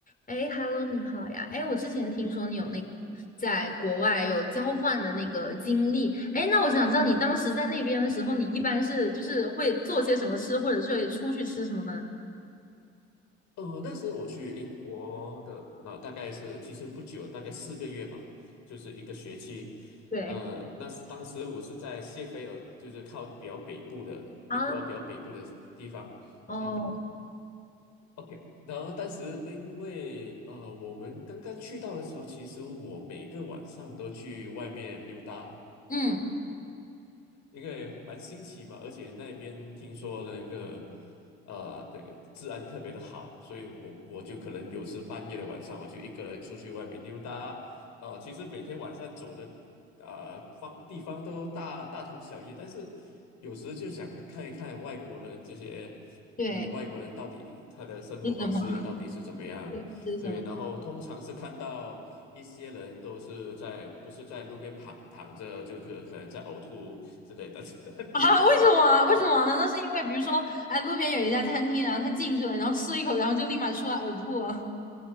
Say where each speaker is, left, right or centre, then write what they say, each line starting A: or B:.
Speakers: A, on the left; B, on the left.
A: 哎，Hello，你好呀！哎，我之前听说你有那个在国外有交换的那个经历，
B: 诶，
A: 哎，那我想知道你当时在那边的时候，你一般是就是会做些什么吃，或者是会出去吃什么呢？
B: 呃，那时候我去英国的，那大概是其实不久，大概四个月吧，就是一个学期。
A: 对
B: 呃，那是当时我是在谢菲尔，就是靠比较北部的英国比较北部的地方。
A: 啊，哦，
B: 嗯，OK。然后当时因为呃，我们刚刚去到的时候，其实我每个晚上都去外面溜达，
A: 嗯，
B: 因为蛮新奇嘛，而且那边听说那个呃，这个治安特别的好，所以我我就可能有时半夜的晚上，我就一个人出去外面溜达。呃，其实每天晚上走的呃方地方都大大同小异，但是有时就想看一看外国人这些，
A: 对，
B: 嗯，外国人到底他的生活方式到底是怎么样，
A: 是什么？<laughs> 对，是什么？
B: 对，然后通常是看到一些人都是在不是在路边躺躺着，就可可能在呕吐之类的。<laughs>
A: 啊？为什么啊为什么？难道是因为比如说，哎，路边有一家餐厅，然后他进去了，然后吃了一口，然后就立马出来呕吐了？